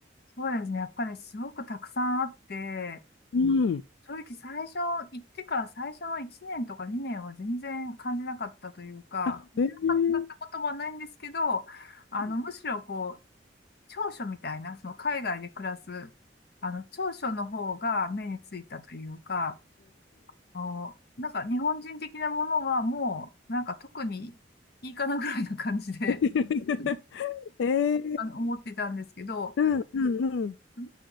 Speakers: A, on the left; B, on the left.
A: そうですね。やっぱりすごくたくさんあって、
B: うん。
A: 正直最初、行ってから最初の1年とか2年は全然感じなかったというか、
B: あ、
A: 感じなかったってこともないんですけど、
B: えー、
A: あの、
B: うん
A: むしろこう、長所みたいな、その海外で暮らす、あの、長所の方が目についたというか、あの、なんか日本人的なものはもう、なんか特にいいかなぐらいな感じで、
B: <laughs>
A: <laughs>
B: えー、
A: あの、思ってたんですけど、
B: うん、うん、
A: ぐ